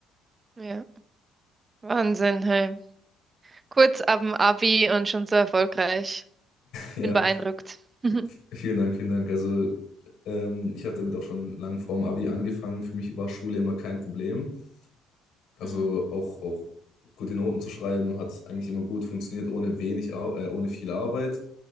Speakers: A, on the right; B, on the left.
A: Ja. Wahnsinn, hey. Kurz ab dem Abi und schon so erfolgreich.
B: Ja,
A: Bin beeindruckt. <laughs>
B: v- vielen Dank, vielen Dank. Also ähm, ich habe damit auch schon lang vorm Abi angefangen. Für mich war Schule immer kein Problem. Also
A: Mhm.
B: auch, auch gute Noten zu schreiben hat eigentlich immer gut funktioniert, ohne wenig, Ar äh, ohne viel Arbeit.